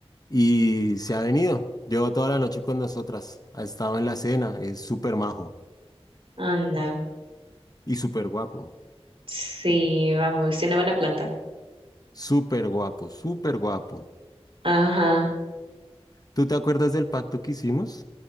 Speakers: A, on the left; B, on the right.
A: y se ha venido. Lleva toda la noche con nosotras, ha estado en la cena, es súper majo
B: Anda.
A: y súper guapo,
B: Sí, vamos, tiene buena planta.
A: súper guapo, súper guapo.
B: Ajá,
A: ¿Tú te acuerdas del pacto que hicimos?